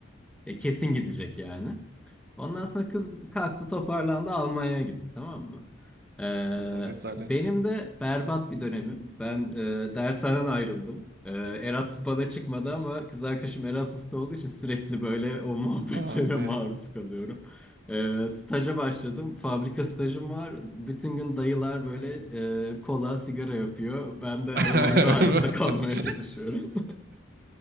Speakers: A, in the centre; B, on the right (about 50°).
A: e, kesin gidecek yani. Ondan sonra kız kalktı toparlandı Almanya'ya gitti tamam mı? Ee,
B: Allah rezalet.
A: benim de berbat bir dönemim. Ben e, dershaneden ayrıldım. Ee, Erasmus bana çıkmadı ama kız arkadaşım Erasmus'ta olduğu için sürekli böyle o <laughs> muhabbetlere
B: Abi.
A: maruz kalıyorum. Ee, staja başladım. Fabrika stajım var. Bütün gün dayılar böyle e, kola, sigara yapıyor. Ben de
B: <laughs>
A: aralarında hayatta kalmaya çalışıyorum.